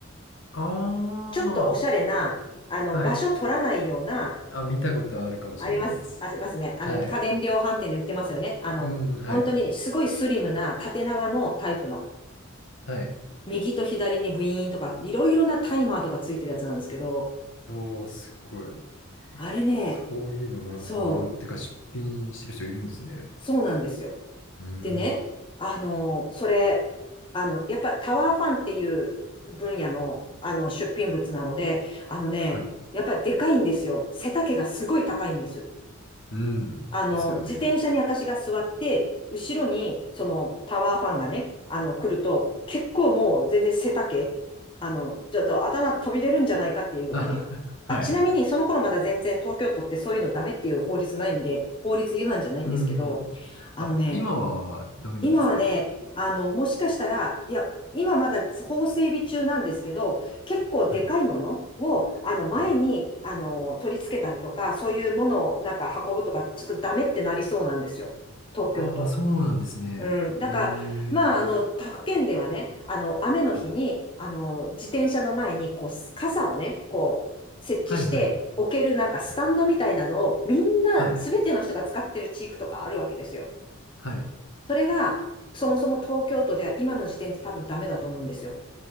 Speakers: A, on the left; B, on the left.
A: ああ、
B: ちょっとおしゃれな、あの、
A: はい。
B: 場所取らないような、
A: あ、見たことあるかもしれないです。
B: あります、ありますね。あの、
A: はい。
B: 家電量販店で売ってますよね。あの、
A: うん、はい。
B: 本当にすごいスリムな縦長のタイプの。
A: はい。
B: 右と左にブイーンとか、いろいろなタイマーとかついてるやつなんですけど、
A: おあ、すごい。
B: あれね、
A: そういうのもらう、
B: そ
A: もらう。てか、出品してる人いるんですね。
B: う、そうなんですよ。
A: うーん。
B: でね、あの、それ、あの、やっぱタワーファンっていう分野の、あの、出品物なので、あのね、
A: はい。
B: やっぱでかいんですよ。背丈がすごい高いんです。
A: うん。
B: あの、
A: ですよね。
B: 自転車に私が座って、後ろに、その、タワーファンがね、あの、来ると、結構もう全然背丈、あの、ちょっと頭飛び出るんじゃないかっていうぐらいね。
A: あ、<laughs> はい。
B: あ、ちなみに、その頃まだ全然東京都ってそういうのダメっていう法律ないんで、法律違反じゃないんですけど、
A: うん。
B: あのね、
A: あ、今はダメなんですか
B: 今はね、あの、もしかしたら、いや、今まだ法整備中なんですけど、結構でかいものを、
A: はい。
B: あの、前に、
A: うん。
B: あの、取り付けたりとか、そういうものをなんか運ぶとか、ちょっとダメってなりそうなんですよ。東京都。
A: ああ、そうなんですね。
B: うん。だから、
A: ええー
B: まあ、あの、他府県ではね、あの、雨の日に、
A: うん
B: あの、自転車の前に、こう、傘をね、こう、設置して、
A: はいはい。
B: 置けるなんかスタンドみたいなのを、みんな、
A: はい。
B: すべての人が使ってる地域とかあるわけですよ。
A: はい。
B: それが、そもそも東京都では今の時点って多分ダメだと思うんですよ。